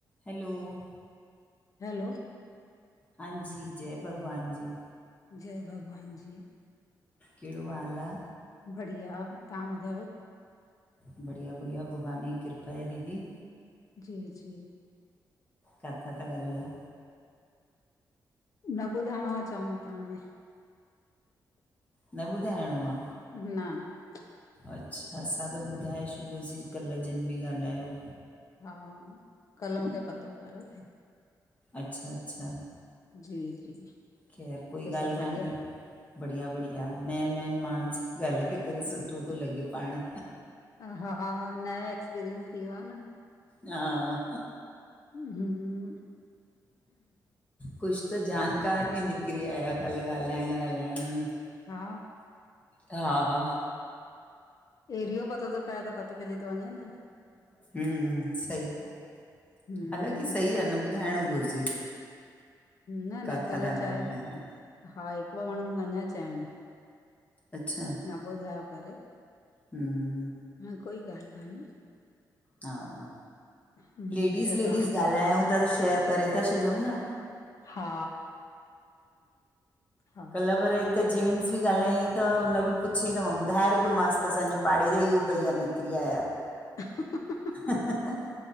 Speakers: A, on the left; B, on the left.
A: Hello,
B: hello
A: हांजी, जय भॻवान जी
B: जय भॻवान जी,
A: कहिड़ो हाल आ?
B: बढ़िया, तां ॿुधायो?
A: बढ़िया- बढ़िया, भॻावानजी कृपा आहे दीदी।
B: जी- जी।
A: काथां ता ॻाल्हायो?
B: न ॿुधाइणो आ, चवनि ता हाणे।
A: न ॿुधाइणो आ?
B: न
A: अच्छा, असां त ॿुधाए छॾियोसी कल्ह जिन बि ॻाल्हायो।
B: हा, कल्ह मुखे पतो पयो
A: अच्छा -अच्छा
B: जी -जी
A: ख़ैर कोई
B: ॿियो
A: गाल्हि
B: सभु बढ़िया?
A: कान्हे। बढ़िया -बढ़िया, नयनि- नयनि माण्हुनि सां ॻाल्हाए करे सुठो तो लॻे पांण।
B: हा, नयो एक्सपीरियंस थी वयो आ न
A: हा
B: हुं
A: कुछ त जानकार बि निकिरी आया कल्ह ॻाल्हाइणं -ॻाल्हाइणं में
B: हा
A: हा।
B: एरियो पतो तो पए, त पतो तो पैजी तो वञें न
A: हम्म -हम्म, सही ॻाल्हि,
B: हम्म
A: हालाकी सही आ न ॿुधाइंणो घुरिजे।
B: न-
A: काथां
B: न कल्ह
A: था
B: चय,
A: ॻाल्हायो
B: हा हिकु ॿ माण्हुन मुखे अंञां चयनि
A: अच्छा
B: न ॿुधायो करे
A: हम्म
B: ह कोई ॻाल्हि कान्हे
A: हा,
B: हम्म
A: लेडीज़-
B: ॿियो
A: लेडीज़
B: तव्हां
A: ॻाल्हायंउं ता त शेयर करे ता छॾियंउं न
B: हा। हा
A: कल्ह पर
B: ॿियो
A: हिक जेनट्स बि ॻाल्हायंई त उन्ह बि पुछियंईं त मां ॿुधाए रखियो मासि, त असांजे पाड़े जा ई हो भईया निकिरी आया
B: हंसने की आवाज़
A: हंसने की आवाज़